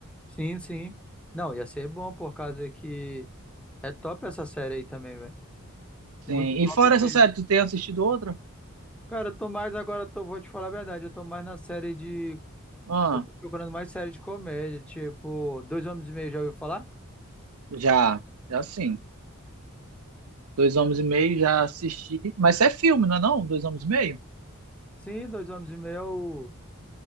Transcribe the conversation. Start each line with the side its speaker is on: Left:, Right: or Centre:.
Centre: Sim, sim. Não, ia ser bom por causa que é top essa série aí também, velho.
Right: Sim.
Centre: Muito top
Right: E fora essa
Centre: mesmo.
Right: série, tu tem assistido outra?
Centre: Cara, eu tô mais agora, tô, vou te falar a verdade, eu tô mais na série de
Right: Ah,
Centre: Eu tô procurando mais série de comédia, tipo, Dois Homens e Meio, já ouviu falar?
Right: já, já sim. Dois Homens e Meio já assisti. Mas isso é filme, não é não? Dois Homens e Meio?
Centre: Sim, Dois Homens e Meio é o...